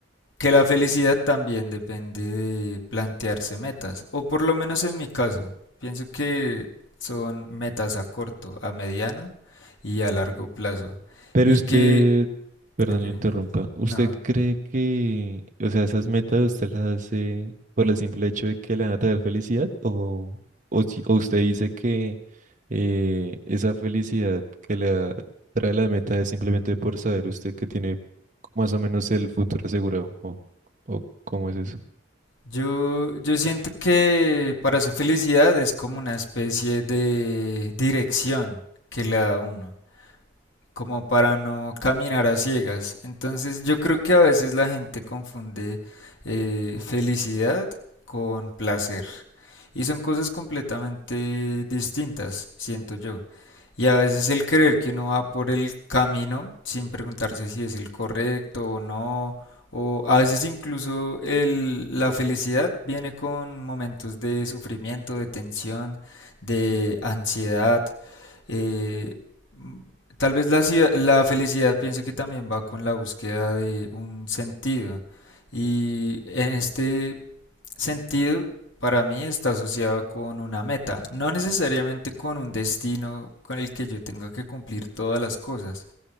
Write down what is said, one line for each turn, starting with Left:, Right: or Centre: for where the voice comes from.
Left: que la felicidad también depende de plantearse metas, o por lo menos en mi caso, pienso que son metas a corto, a mediano y a largo plazo.
Right: Pero
Left: Y
Right: usted,
Left: que,
Right: perdón,
Left: ok,
Right: lo interrumpa, ¿usted
Left: no,
Right: cree que, o sea, esas metas usted las hace por el simple hecho de que le van a traer felicidad? ¿O, o, si- o usted dice que eh, esa felicidad que le da- trae la meta es simplemente por saber usted que tiene más o menos el futuro asegurado? ¿O, o cómo es eso?
Left: yo, yo siento que para su felicidad es como una especie de dirección que le da a uno. como para no caminar a ciegas. Entonces yo creo que a veces la gente confunde eh, felicidad con placer. Y son cosas completamente distintas, siento yo. Y a veces el creer que uno va por el camino sin preguntarse si es el correcto o no, o a veces incluso el- la felicidad viene con momentos de sufrimiento, de tensión, de ansiedad. Eh, tal vez la, cia- la felicidad pienso que también va con la búsqueda de un sentido. Y en este sentido, para mí está asociado con una meta, no necesariamente con un destino con el que yo tenga que cumplir todas las cosas,